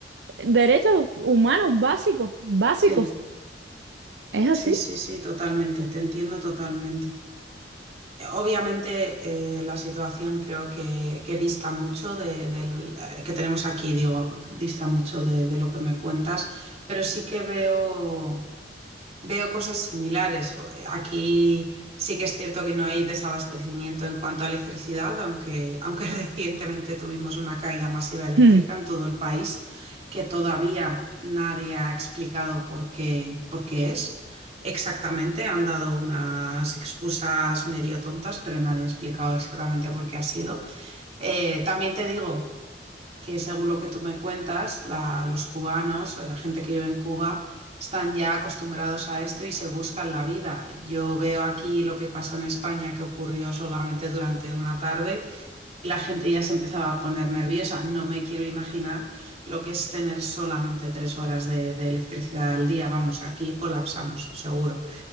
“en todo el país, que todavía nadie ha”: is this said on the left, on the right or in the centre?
Right